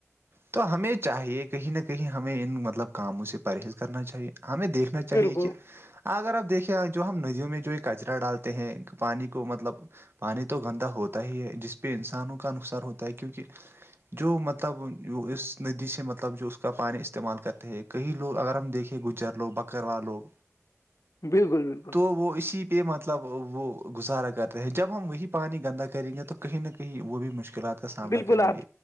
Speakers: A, on the right; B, on the left.
A: تو ہمیں چاہیے کہیں نہ کہیں ہمیں ان مطلب کاموں سے پرہیز کرنا چاہیے ہمیں دیکھ میں چاہیے
B: بالکل
A: کہ اگر آپ دیکھیں جو ہم ندیوں میں جو ہے کچرا ڈالتے ہیں پانی کو مطلب پانی تو گندا ہوتا ہی ہے جس پہ انسانوں کا نقصان ہوتا ہے کیونکہ جو مطلب اس ندی سے مطلب جو اس کا پانی استعمال کرتے ہے ایک کہیں لوگ اگر ہم دیکھیں گجر لوگ بکروا لوگ
B: بالکل بالکل
A: تو وہ اسی مطلب وہ گزارا کرتے ہیں جب ہم وہی پانی گندا کریں گے تو کہیں نہ کہیں وہ بھی مشکلات کا سامنا
B: بالکل
A: کریں
B: آپ
A: گے